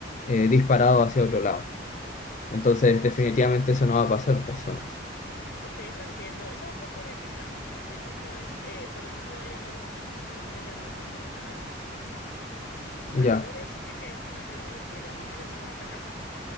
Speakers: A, on the left; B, on the left.
A: eh, disparado hacia otro lado. Entonces,
B: O
A: definitivamente
B: si- eh,
A: eso no va a pasar en otras zonas.
B: ok, eso entiendo. Eso ocurre aquí también. Así mismo es, eh, pero nosotros no le llamamos motochorros, nosotros le llamamos atracadores. Atracadores,
A: Ya,
B: eh, que hace mismo, tú le llamas, mira, es un atracador.